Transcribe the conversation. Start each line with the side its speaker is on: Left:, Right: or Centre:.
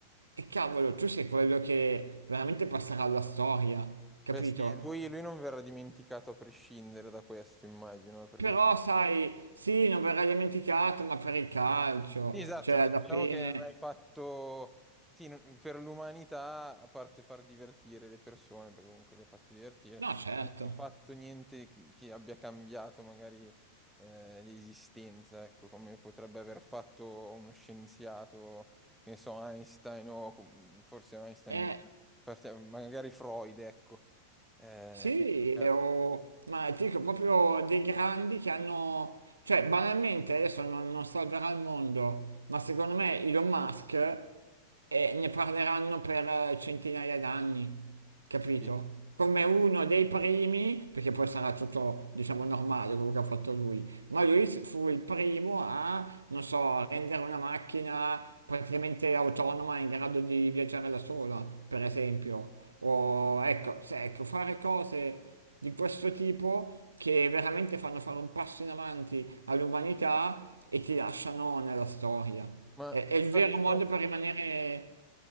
Right: e cavolo, tu sei quello che veramente passerà alla storia, capito?
Centre: Beh sì, lui, lui non verrà dimenticato a prescindere da questo, immagino, eh, perché
Right: Però sai, sì, non verrà dimenticato, ma per il calcio,
Centre: Sì, esatto,
Right: cioè
Centre: no-
Right: alla
Centre: diciamo
Right: fine...
Centre: che non hai fatto, sì, non- per l'umanità, a parte far divertire le persone, perché comunque li ha fatti divertire,
Right: No, certo.
Centre: non hai fatto niente che, che abbia cambiato magari eh, l'esistenza, ecco, come potrebbe aver fatto uno scienziato, che ne so, Einstein o com- forse Einstein
Right: Eh,
Centre: meno, parte- magari Freud, ecco. Eh,
Right: sì,
Centre: quindi, certo,
Right: o... ma dico proprio dei grandi che hanno... Cioè, banalmente, adesso non, non salverà il mondo, ma secondo me Elon Musk eh, ne parleranno per eh, centinaia d'anni, capito?
Centre: sì.
Right: Come uno dei primi, perché poi sarà tutto, diciamo, normale quello che ha fatto lui, Ma lui s- fu il primo a, non so, rendere una macchina praticamente autonoma in grado di viaggiare da sola, per esempio. O ecco, se- ecco, fare cose di questo tipo che veramente fanno fare un passo in avanti all'umanità e ti lasciano nella storia.
Centre: Ma
Right: È,
Centre: ti
Right: è il
Centre: faccio...
Right: vero modo per rimanere